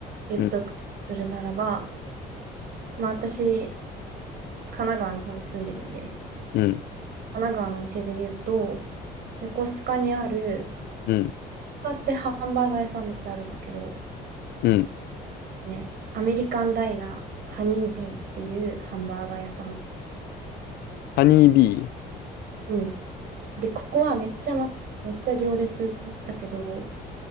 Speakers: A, on the right; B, on the left.
A: 言っとくとするならば、
B: うん、
A: まあ、私、神奈川の方に住んでるんで、
B: うん、
A: 神奈川のお店で言うと、横須賀にある
B: うん、
A: カってハンバーガー屋さんめっちゃあるんだけど、
B: うん。
A: ね、アメリカンダイナー、ハニービーっていうハンバーガー屋さん。
B: ハニービー。
A: うん。で、ここはめっちゃ待つ。めっちゃ行列だけど、